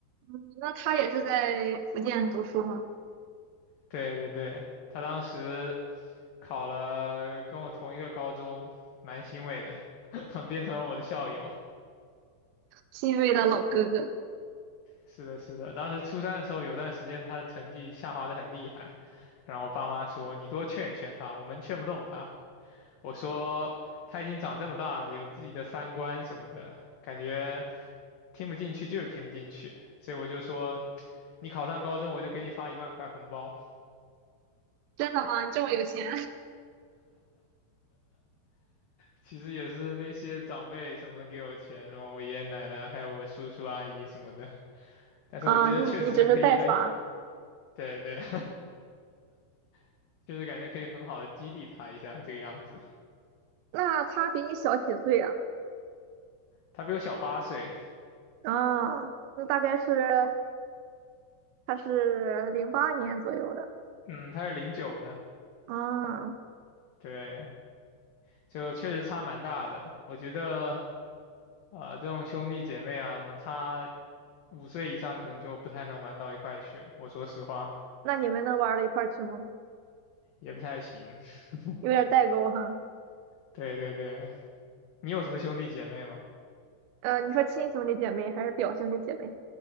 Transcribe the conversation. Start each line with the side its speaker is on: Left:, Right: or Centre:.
Right: 嗯那他也是在福建读书吗？
Left: 对对对，他当时考了跟我同一个高中，蛮欣慰的，<laughs> 变成了我的校友。
Right: 欣慰的老哥哥，
Left: 是的，是的，当时初三的时候，有段时间他的成绩下滑的很厉害，然后我爸妈说你多劝一劝他，我们劝不动他。我说他已经长这么大了，有自己的三观什么的，感觉听不进去就是听不进去，所以我就说你考上高中，我就给你发一万块红包。
Right: 真的吗？你这么有钱？
Left: 其实也是那些长辈什么的给我钱，什么我爷爷奶奶，还有我叔叔阿姨什么的。
Right: <laughs>
Left: 但是我觉得确实可以很，
Right: 啊，你你只是代发，
Left: 对对，<laughs> 就是感觉可以很好的激励他一下这个样子。
Right: 那他比你小几岁啊？
Left: 他比我小八岁，
Right: 啊，那大概是他是零八年左右的
Left: 嗯，他是零九的，
Right: 啊。
Left: 对，就确实差蛮大的。我觉得，啊，这种兄弟姐妹啊，什么差五岁以上，可能就不太能玩到一块去了。我说实话，
Right: 那你们能玩到一块儿去吗？
Left: 也不太行。<laughs>
Right: 有点代沟哈。
Left: 对对对，你有什么兄弟姐妹吗？
Right: 呃，你说亲兄弟姐妹还是表兄弟姐妹？